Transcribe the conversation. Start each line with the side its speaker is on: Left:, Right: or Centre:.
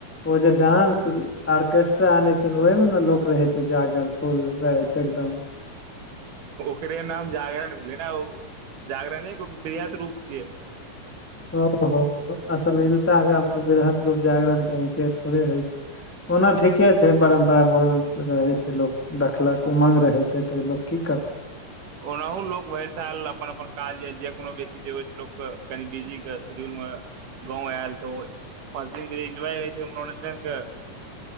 Centre: ओ जे डान्स ऑर्केस्ट्रा आनै छै ओहिमे ने लोक रहे छै जागर फूल राति एकदम
Right: ओकरे नाम जागरण भेलै ने ओ जागरने वृहत रूप छियै
Centre: ओ हो अस मिलता है। आब तऽ वृहत रूप जागरण करैसे थोड़े होइ छै ओना ठीके छै। परम्परा बहुत रहे छै। लोक देखलक उमङ्ंग रहे छै तऽ लोक कीकत
Right: ओनाहुँ लोक भरिसँ आयल अपन-अपन काजमे, जे कोनो भी अथी छै, ओहिसँ लोक कनि बिजी शेड्यूलमे। गाम अएलहुँ तऽ पाँच दिन एन्जॉय होइ छै, मनोरंजनके।